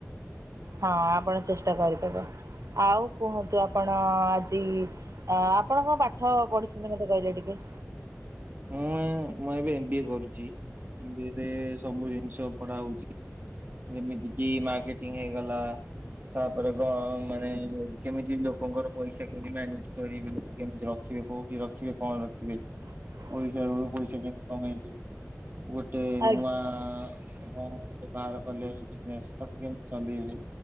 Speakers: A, on the right; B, on the right.
A: ହଁ ଆପଣ ଚେଷ୍ଟ୍ କରିଦେବ ଆଉ କୁହନ୍ତୁ ଆପଣ ଆଜି ଅ ଆପଣ କଣ ପାଠ ପଢିଛନ୍ତି ମତେ କହିଲେ ଟିକେ?
B: ମୁଁଁ, ମୁଁ ଏବେ ଏମ୍ ବି ଏ କରୁଛି ଏମ୍ ବି ଏ ରେ ସବୁ ଜିନିଷ ପଢା ହଉଛି। ଯେମିତି କିି ମାର୍କେଟିଂ ହେଇଗଲା ତାପରେ ଗ ମାନେ କେମିତି ଲୋକଙ୍କର ପଇସା କେମିତି ମ୍ୟାନେଜ କରି ଲୋକ କେମିତି ରଖ ରଖିବେ କୋଉଠି ରଖିବେ କଣ ରଖିବେ
A: ହ <inaudible>
B: ପଇସା ରୁ ପଇସା କେମତି କମେଇବ ଗୋଟେ ନୂଆ
A: ଆଜ୍ଞା,
B: କଣ ଗୋଟେ ବାହାର କଲେ ବିଜିନେସ ତାକୁ କେମତି ଚଲେଇବି।